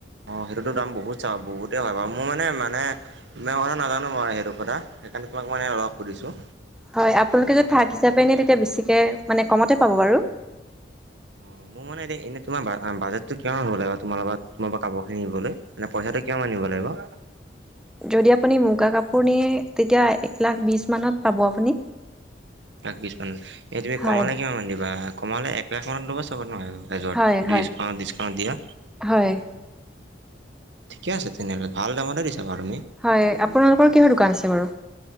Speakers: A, on the right; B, in the centre.
A: অহ, সেইটোতো দাম বহুত চাগে বহুতেই হয় বাৰু। মোৰ মানে-মানে <unintelligible> নাজানো বাৰু সেইটো কথা সেইকাৰণে তোমাক মানে অলপ সুধিছোঁ।
B: হয় আপোনালোকে যদি থাক হিচাপে নিয়ে তেতিয়া বেছিকৈ মানে কমতে পাব বাৰু।
A: অ', মোৰ মানে এ-এনেই তোমাৰ বাজতটো কিমান হ'ব লাগিব তোমাৰ পৰা কাপোৰ কিনিবলৈ? মানে পইচাটো কিমান মান নিব লাগিব?
B: যদি আপুনি মুগা কাপোৰ নিয়ে তেতিয়া এক লাখ বিছ মানত পাব আপুনি।
A: এক লাখ বিছ মানত, এই তুমি
B: হয়
A: কমালে কিমান মান দিবা কমালে এক লাখ মানত দিবা চাগৈ নহয়। এজোৰত
B: হয়
A: ডিছকাউণ্ট-ডিছকাউণ্ট
B: হয়
A: দিয়া।
B: হয়।
A: ঠিকে আছে তেনেহ'লে, ভাল দামৰতে দিছা বাৰু তুমি।
B: হয়, আপোনালোকৰ কিহৰ দোকান আছে বাৰু?